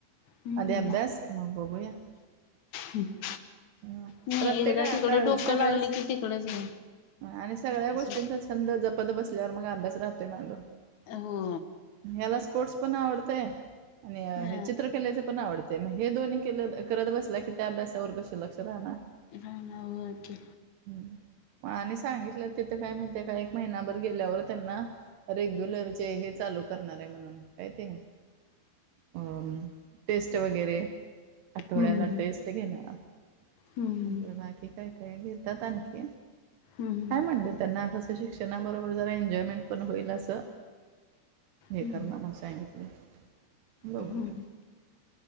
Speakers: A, on the left; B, on the right.
A: हम्म
B: अधी अभ्यास मग बघूया.
A: हम्.
B: हं
A: नाही
B: प्रत्येक
A: एकदा
B: आता
A: तिकडं डोकं
B: सगळ्याच
A: लागलं की तिकडंच मी
B: आणि सगळ्या गोष्टींचा
A: असंय.
B: छंद जपत बसल्यावर मग अभ्यास राहतोय मागं,
A: हो
B: याला स्पोर्ट्स पण आवडतय आणि
A: हा
B: चित्र पण आवडते मग हे दोन्ही के करत बसला की त्या अभ्यासावर कस लक्ष राहणार.
A: नाही नाही होय की.
B: हम् आणि सांगितलं तिथं काय माहिती काय एक महिनाभर गेल्यावर त्यांना रेग्युलरचे हे चालू करणार आहे म्हणून काय ते अ. टेस्ट वगैरे. आठवड्याला
A: हम्म
B: टेस्ट घेनार
A: हम्म
B: नंतर बाकी काय कर. ते घेतात आणखी
A: हम्म
B: काय म्हणले त्यांना कसं शिक्षण. त्यांना बरोबर जरा एनजाॅयमेंट पण होईल असं हे
A: हम्म
B: करणा म्हणुन सांगितलंय बघु
A: हम्म
B: आता.